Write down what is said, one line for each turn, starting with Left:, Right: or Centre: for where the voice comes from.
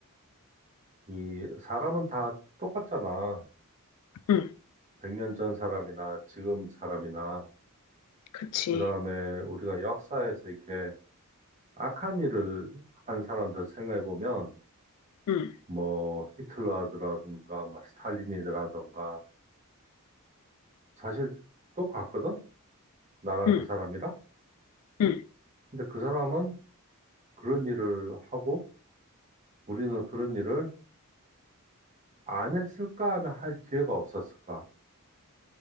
Right: 이 사람은 다 똑같잖아.
Left: 응,
Right: 100년 전 사람이나 지금 사람이나,
Left: 그치.
Right: 그 다음에 우리가 역사에서 이렇게 악한 일을 한 사람들 생각해보면,
Left: 응,
Right: 뭐, 히틀러라든가, 뭐, 스탈린이라든가, 사실 똑같거든? 나랑
Left: 응,
Right: 그 사람이랑?
Left: 응,
Right: 근데 그 사람은 그런 일을 하고, 우리는 그런 일을 안 했을까 하면 할 기회가 없었을까.